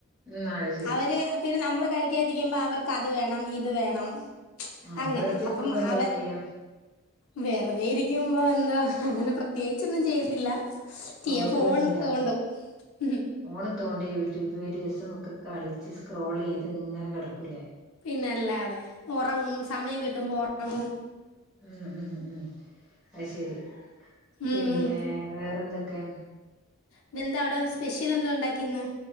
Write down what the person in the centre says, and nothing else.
ഉം അത് ശരിയാ
ഉം
വെറുതെ
ഇരിക്കുമ്പോ എന്താ
ചെയ്യാ
ഹോബിയൊന്നുല്ല
ഫോണ് തോണ്ടി യൂട്യൂബ് വീഡിയോസും ഒക്കെ കളിച്ച് സ്ക്രോളിയ്ത് ഇങ്ങനെ കെടക്കുല്ലെ
ഉം ഉം ഉ ഉം അത് ശരി പിന്നെ
വേറെന്തൊക്കെ